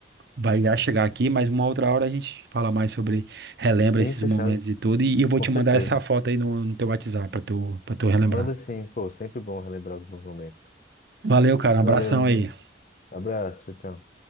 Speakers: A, on the right; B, on the left.
A: vai já chegar aqui, mas uma outra hora a gente fala mais sobre, relembra
B: Sim,
A: esses
B: fechado,
A: momentos e tudo. E, eu vou
B: com
A: te
B: certeza.
A: mandar essa foto aí no, no teu WhatsApp pra tu, pra tu relembrar.
B: Manda sim, pô, sempre bom relembrar os bons momentos.
A: Valeu, cara. Um abração
B: Valeu, meu amigo.
A: aí.
B: Abraço, tchau, tchau.